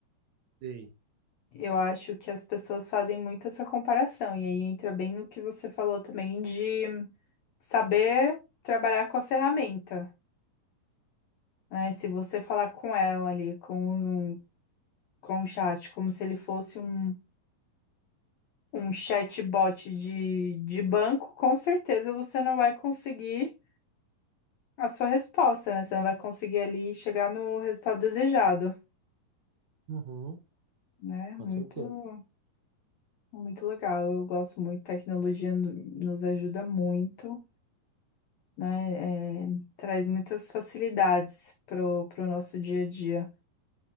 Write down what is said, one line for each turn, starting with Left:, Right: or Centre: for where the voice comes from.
Right: sei.
Left: Eu acho que as pessoas fazem muito essa comparação. E aí entra bem o que você falou também de saber trabalhar com a ferramenta. Né? Se você falar com ela ali, com, um, com o chat, como se ele fosse um um chatbot de, de banco, com certeza você não vai conseguir a sua resposta, né? Você não vai conseguir ali chegar no resultado desejado,
Right: Uhum,
Left: né?
Right: com
Left: Muito,
Right: certeza.
Left: muito legal. Eu gosto muito, tecnologia no- nos ajuda muito, né? É, traz muitas facilidades pro, pro nosso dia a dia.